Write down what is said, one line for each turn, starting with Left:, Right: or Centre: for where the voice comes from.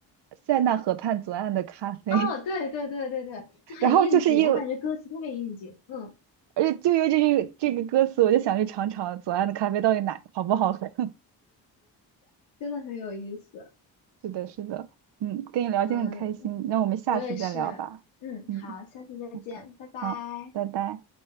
Right: “塞纳河畔左岸的咖啡”，
Left: 哦，对对对对对，
Right: <laughs>
Left: 就很应景，
Right: 然后就是因为，
Left: 我感觉歌词特别应景，嗯，
Right: 而且就因为这句这个歌词，我就想去尝尝左岸的咖啡到底哪好不好喝。
Left: 真的很有意思，
Right: <laughs> 是的，是的，嗯，跟你聊天很开心，
Left: 嗯，
Right: 那我们下次再聊吧。
Left: 我也是，嗯，
Right: 嗯，
Left: 好，下次再见，
Right: 嗯
Left: 拜拜。
Right: 好，拜拜。